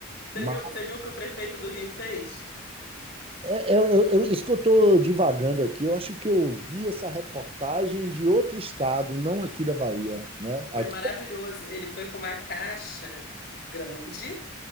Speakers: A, on the left; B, on the right.
A: Você
B: Mas
A: viu, você viu o que o prefeito do Rio fez?
B: é, é, eu- eu- isso que eu estou divagando aqui, eu acho que eu ouvi essa reportagem de outro estado, não aqui da Bahia, né?
A: Foi
B: Aqui-
A: maravilhoso. Ele foi com uma caixa grande,